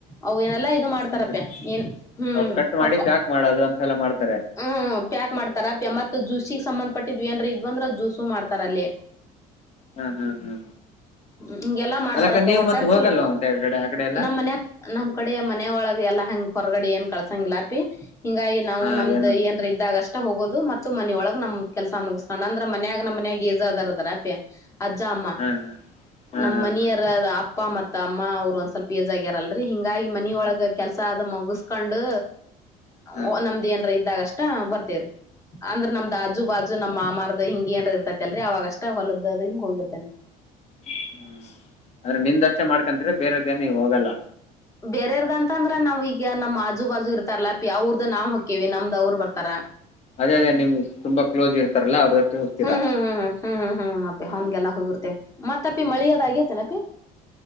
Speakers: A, on the left; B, on the left.
A: ಅವ ಏನ ಎಲ್ಲ ಇದು ಮಾಡ್ತಾರಪ್ಪೆ
B: ಅದು
A: ಏನ್ ಹ್ಮ್
B: ಅವು ಕಟ್
A: ಪಪ್ಪ
B: ಮಾಡಿ ಪ್ಯಾಕ್ ಮಾಡೋದು ಅಂತೆ ಎಲ್ಲ ಮಾಡ್ಾರೆ ಸರಿ
A: ಹ್ಮ್ ಪ್ಯಾಕ್ ಮಾಡ್ತಾರ ಮತ್ ಜ್ಯೂಸಿಗೆ ಸಂಬಂಧ ಪಟ್ಟಿದ್ವಿ ಅಏಂದ್ರ ಇದ್ ಅಂದ್ರ ಜ್ಯೂಸು ಮಾಡ್ತಾರ ಅಲ್ಲಿ
B: ಹಾಂ ಹಾಂ ಹಾಂ
A: ಹ್ಮ ಹಗೆಲ್ಲಾ ಮಾಡ್ತಾರಪ್ಪ
B: ಅಲ್ಲಕ್ಕ ನೀವು
A: ಒಟ್ಟಾರೆ
B: ಮತ್ತೆ ಹೋಗಲ್ವಾ
A: ಚಲ
B: ಮತ್ತೆ ಆ ಕಡೆ ಆ ಕಡೆ ಎಲ್ಲ
A: ನಮ್ಮ್ ಮನಯ ನಮ್ ಕಡೆಯ ಮನೆಯ ಒಳಗೆ ಎಲ್ಲಾ ಹಂಗಗೆ ಹೊರಗಡೆ ಏನ್ ಕಳಸಂಗಿಲ್ಲ ಅಪ್ಪಿ ಹಿಂಗಾಗಿ ನಾವು
B: ಹಾಂ
A: ನಮ್ದ
B: ಏನು
A: ಏನ್ ಇದ್ದಾಗ ಅಷ್ಟೆ ಹೋಗೋದು ಮ ಮತ್ತು ಮನೆಯೊಳಗ್ ನಮ್ ಕೆಲ್ಸ ಮುಗಿಸ್ೋಣ ಅಂದ್ರ ಮನ್ಯಾಗ ನಮ್ಮ ಮನ್ಯಾಗ ಏಜ ಅದಾರದಾರ ಅಪ್ಯ ಅಜ್ಜ ಅಮ್ಮ
B: ಹಾಂ ಹಾಂ
A: ನಮ್ಮ
B: ಹಾಂ
A: ಮನಿಯರ
B: ಹಾಂ
A: ಅಪ್ಪ ಮತ್ತ ಅಮ್ಮ ಅವರು ಒಂದ ಸ್ವಲ್ಪ ಏಜ್ ಆಗ್ಯಾರಲ್ರರಿ ಹಿ ಹಾಗಾಗಿ ಮನ
B: ಹಾಂ
A: ಒಳಗ
B: ಹಾಂ
A: ಕೆಲಸ ಆದ ಮುಗಸು ಕಂಡು
B: ಹಾಂ
A: ಓ
B: ಹಾಂ
A: ನಮ್ದ ಏನ್ರ ಇದ ಇದಾಗಷ್ಟ ಬರ್ತೇವ್ರಿ ಅಂದ್ರೆ ನಮ್ದ್ ಹಜ್ ಬಾಜು ನಮ್ಮ್ ಮಾಮಾರದ ಹಿಂಗ ಏನ್ ಇರ್ತೈತಿ ಅಲ್ರಿ ಅವವಾಗಷ್ಟ ಹೊಲದದ ಹಂಗ ಹೋಗಿರ್ತೇನ್ರಿ
B: ಹ್ಮ ಅಂದ್ರೆ ನಿಂದಷ್ಟೇ ಮಾಡ್ಕೊಂತ್ರೆ ಬೇರೆ ದೇನ ನೀ ಹೋಗಲ್ಲ
A: ಬೇರೆಯವರದು ಅಂತ ಅಂದ್ರೆ ನಾವ್ ಈಗ ನಮ್ಮ್ ಅ ಹಜ್ ಬಾಜು ಇರ್ತಾರಲ್ಲ ಯಾವ್ರದ್ದ ನಾವು ಹಿ ಕಿವ ನಮ್ದ ಅವರು ಬರ್ತಾರ
B: ಅದೇ ಅದೇ ನಿಮ್ಗೆ ತುಂಬ ಕ್ಲೋಸ್ ಇರ್ತಾರಲ್ಲ ಅವ್ರದ್ದಷ್ಟೇ ಹೋಗ್ತೀರಾ
A: ಹ್ಮ್ ಹ್ಮ್ ಹ್ಮ್ ಹ್ಮ್ ಹ್ಮ್ ಹ್ಮ್ ಹ್ಮ್ ಮಾಪೆ
B: ಹಾಂ
A: ಹಂಗೆಲ್ಲಾ ಹೋಗಿರ್ತೆ ಮತ್ತೆ ತಪ್ಪಿ ಮಳಿಯೋದಾಗೇತೆೆನಪಿ